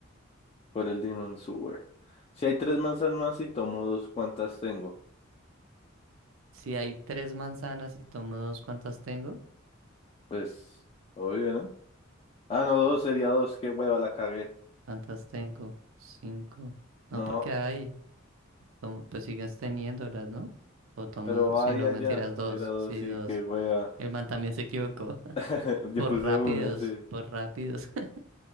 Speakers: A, on the left; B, on the right.
A: por el limón sour. Si hay tres manzanas y tomo dos, ¿cuántas tengo?
B: si hay tres manzanas y tomo dos, ¿cuántas tengo?
A: Pues, obvio, ¿no? Ah, no, dos, sería dos, qué hueva, la cagué.
B: ¿Cuántas tengo? Cinco. No,
A: No,
B: porque hay. Tomo- pues sigues teniéndolas, ¿no? O tomo
A: pero
B: dos. Sí,
A: ahí
B: no,
A: allá,
B: mentiras, dos.
A: era dos,
B: Sí,
A: sí,
B: dos.
A: qué hueva.
B: El man también se equivocó. <laughs>
A: <laughs> Yo
B: Por
A: puse
B: rápidos,
A: una, sí.
B: por rápidos. <laughs>